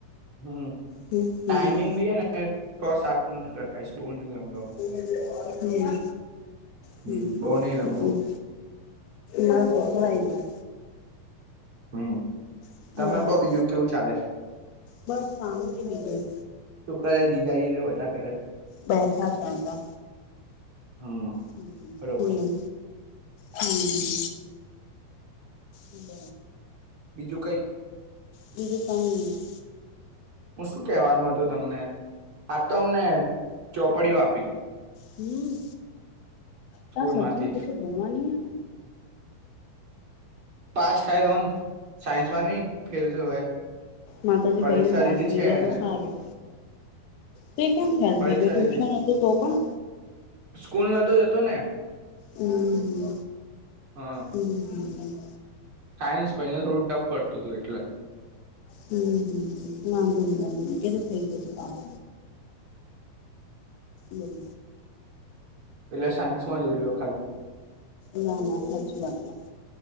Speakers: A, on the right; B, on the left.
A: હમ્મ.
B: હમ
A: ટાઈમિંગ
B: હમ
A: બી હ ને છ સાતનો જ રખાઈશ. બહુ નઈ લવ
B: હમ્મ. હમ્મ.
A: હમ બહુ નઈ લંબાવ
B: હન્ન. માર છોકરો આઈ ગ્યો.
A: હમ.
B: હમ
A: તમે કો બીજું કેવું ચાલે છે?
B: બસ શાંતિ બીજું
A: શું કરે જીગાજીને એ બધા? કરે
B: બેઠા ચાલતા.
A: હમ
B: હમ્મ.
A: બરોબર
B: હમ્મ. હમ્મ. હમ બ.
A: બીજું કઈ
B: બીજું કાંઈ નઈ.
A: હું શું કેવાનો હતો તમને. આ તો અમને ચોપડીઓ આપી.
B: હમ્મ.
A: સ્કૂલ
B: તાં સચિન
A: માંથી
B: પછી ભણવા નઈ આવે?
A: પાસ થાય તો ન. સાયન્સમાં નઈ ફેલ થ્યો એ.
B: માતાજી
A: પરીક્ષા
B: કરીન પાસ
A: લીધી
B: થઈ
A: છે
B: જાય તો
A: એને
B: સારું. તે કેમ ફેલ
A: પરીક્ષા
B: થઈ ગ્યો, ટ્યુશન
A: લીધી
B: હતું તો પણ?
A: સ્કૂલ નતો જતો ને
B: અમ્મ. હમ્મ.
A: હ
B: અમ્મ. હમ્મ.
A: સાયન્સ ભાઈને થોડું ટફ પડતું તું એટલે.
B: હમ્મ. હમ્મ. વાંધો નઈ. વાંધ નઈ. એ તો થઈ જશે પાસ. બોલ.
A: એટલે સાયન્સમાં જ ઉડ્યો ખાલી.
B: ના. ના. સાચી વાત છે.